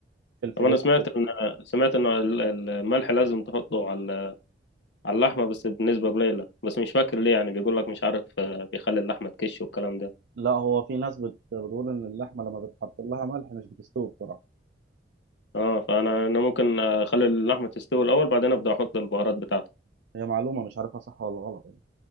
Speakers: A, on the right; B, on the left.
A: فلفل
B: طب انا
A: اسود
B: سمعت ان سمعت ان ال- ال- الملح لازم تحطه على على اللحمه بس بنسبه قليله بس مش فاكر ليه يعني بيقول لك مش عارف آه، بيخلي اللحمه تكش والكلام ده
A: لا هو في ناس بت... بتقول ان اللحمه لما بتحط لها ملح مش بتستوي بسرعه
B: اه فانا انا ممكن اخلي اللحمه تستوي الاول بعدين ابدا احط البهارات بتاعتي
A: هي معلومه مش عارفها صح ولا غلط يعني